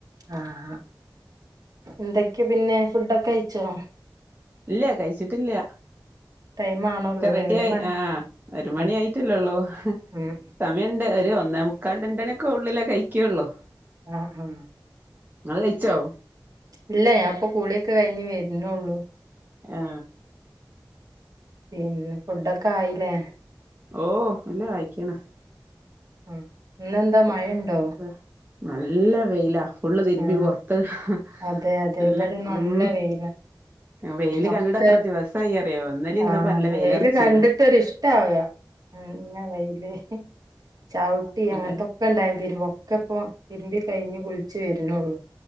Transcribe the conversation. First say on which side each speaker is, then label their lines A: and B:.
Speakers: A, on the right; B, on the right.
A: ആഹ് എന്തൊക്കെ പിന്നെ ഫുഡൊക്കെ കയിച്ചോ
B: ഇല്ല കഴിച്ചിട്ടില്ല
A: ടൈം ആണോള്ളൂല്ലേ
B: കെ റെഡിയായി
A: ഒരു മണി
B: ആഹ് ഒരു മണി
A: ആഹ്
B: ആയിട്ടല്ലേ ഒള്ളു
A: ഉം
B: സമയണ്ട് ഒരു ഒന്നേ മുക്കാൽ രണ്ടണിയൊക്കെ ഉള്ളിലെ കഴികൊള്ളൂ
A: ആ ആ
B: കഴിച്ചോ
A: ഇല്ല ഞാൻ ഇപ്പൊ കുളിയൊക്കെ കഴിഞ്ഞ് വര്ന്നൊള്ളൂ
B: ആ
A: പിന്നെ ഫുഡൊക്കെ ആയിലേ
B: ഓ എല്ലോ ആയിക്ക്‌ണ്
A: അ ഇന്നെന്താ മഴണ്ടോ
B: ല നല്ല വെയിലാ ഫുള്ള് തിരുമ്പി
A: ആഹ്
B: പൊർത്ത് നല്ലെ
A: അതെ അതെ ഇവിടെ നല്ല
B: മ്
A: വെയില
B: വെയില്
A: ഒക്കെ
B: കണ്ടിട്ട് എത്ര ദിവസായി അറിയോ ഇന്നലെ
A: ആഹ്
B: ഇന്ന്പ്പൊ നല്ല വെയിൽ
A: വെയില്
B: അറച്ചണ്
A: കണ്ടിട്ടൊരിഷ്ടാവാ നല്ല വെയില് ചൗട്ടി അങ്ങനത്തൊ
B: അല്ലെ
A: ഒക്കെ ഇണ്ടായി തിരുമ്പ ഒക്കെ ഇപ്പൊ തിരുമ്പി കഴിഞ്ഞ് കുളിച്ച് വര്ന്നൊള്ളൂ